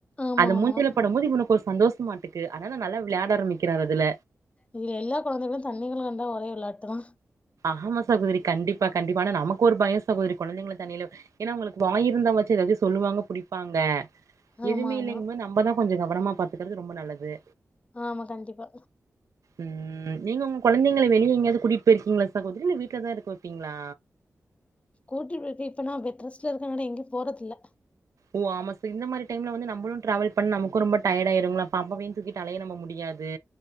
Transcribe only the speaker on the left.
ஆமா
ஆமா
இது எல்லா கொழந்தைகளு தண்ணிகள கண்டா ஒரே விளாட்டு தா
ஆமா
ஆமா
ஆமா கண்டிப்பா
கூட்டிட் இருக்க இப்ப நா பெட் ரெஸ்ட்ல இருக்கனால எங்கயு போறதுல்ல